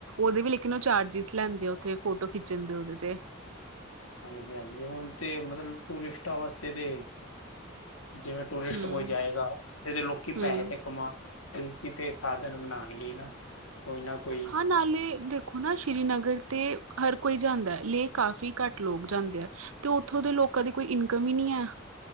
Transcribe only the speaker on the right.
ਉਦੇ ਵੀ ਲੇਕਿਨ ਓ ਚਾਰਜਿਸ ਲੈਂਦੇ ਉਥੇ ਫੋਟੋ ਖਿੱਚਣ ਦੇ ਓਦੇ ਤੇ
ਹੂੰ
ਹੂੰ
ਹਾਂ ਨਾਲੇ ਦੇ ਓ ਨਾ ਸ਼੍ਰੀਨਗਰ ਤੇ ਹਰ ਕੋਈ ਜਾਂਦੈ ਲੇਹ ਕਾਫ਼ੀ ਘੱਟ ਲੋਕ ਜਾਂਦੇ ਐ। ਤੇ ਓਥੋਂ ਦੇ ਲੋਕਾਂ ਦੀ ਕੋਈ ਇਨਕਮ ਈ ਨੀ ਐ।